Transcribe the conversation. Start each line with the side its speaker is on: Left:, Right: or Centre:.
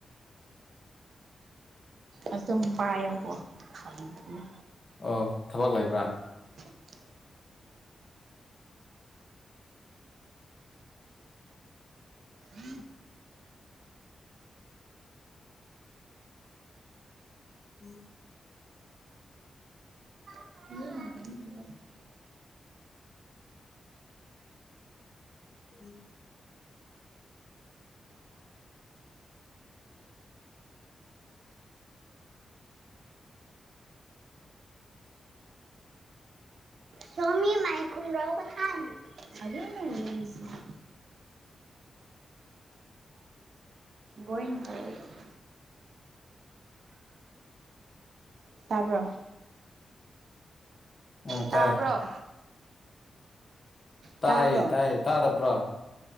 Right: ꯑꯗꯨꯝ ꯄꯥꯏꯌꯣꯀꯣ ꯊꯝꯈꯤꯅꯨ
Left: ꯑꯣ ꯊꯕꯛ ꯂꯩꯕ꯭ꯔ
Right: <unintelligible> ꯎꯝ <unintelligible>
Left: ꯎꯝ
Right: ꯏ <unintelligible>
Left: ꯎꯝ
Right: ꯁꯣꯃꯤ ꯃꯥꯏ ꯈꯨꯝꯔ ꯀ ꯊꯥꯏ ꯑꯗꯨ <unintelligible> ꯕꯣꯏ ꯇ <unintelligible> ꯇꯥꯕ꯭ꯔꯣ
Left: ꯎꯝ ꯇꯥꯏ
Right: ꯇꯥꯕ꯭ꯔꯣ
Left: ꯇꯥꯏꯌꯦ
Right: ꯇꯥꯕ꯭ꯔꯣ
Left: ꯇꯥꯏꯌꯦ ꯇꯥꯗꯕ꯭ꯔꯣ